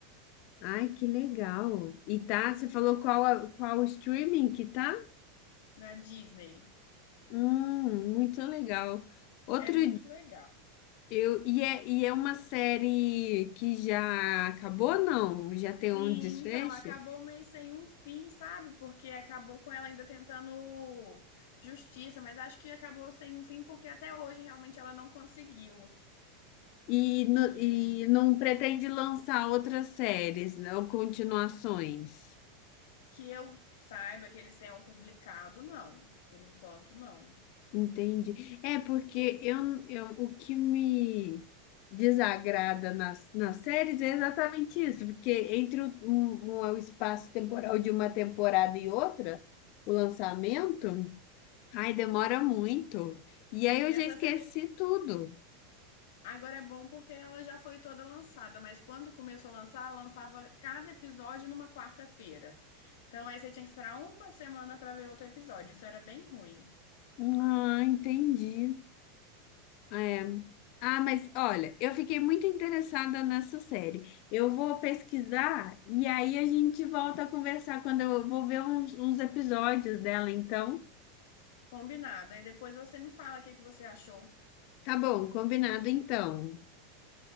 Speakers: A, on the left (about 50°); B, on the left (about 75°).
A: Ai, que legal. E tá, você falou qual a- qual o streaming que tá?
B: na Disney.
A: Hum, muito legal. Outro
B: É muito legal.
A: Eu, e, é, e é uma série que já acabou, não? Já tem
B: Sim,
A: um desfecho?
B: então, acabou meio sem um fim, sabe? Porque acabou com ela ainda tentando justiça, mas acho que acabou sem um fim porque até hoje realmente ela não conseguiu
A: E, no-
B: que,
A: e não pretende lançar outras séries, né, ou continuações.
B: que eu saiba que eles tenham publicado, não. Por enquanto, não.
A: Entendi. É porque eu, eu, o que me desagrada nas, nas séries é exatamente isso, porque entre o, um- um- o espaço temporal de uma temporada e outra, o lançamento, ai, demora muito. E
B: Sim,
A: aí eu já
B: essa
A: esqueci
B: série
A: tudo.
B: agora é bom porque ela já foi toda lançada, mas quando começou a lançar, ela lançava cada episódio numa quarta-feira. Então aí você tinha que esperar uma semana para ver outro episódio. Isso era bem ruim.
A: Ah, entendi. É. Ah, mas olha, eu fiquei muito interessada nessa série. Eu vou pesquisar e aí a gente volta a conversar quando eu vou ver uns, uns episódios dela, então.
B: Combinado. Aí depois você me fala o que que você achou.
A: Tá bom, combinado então.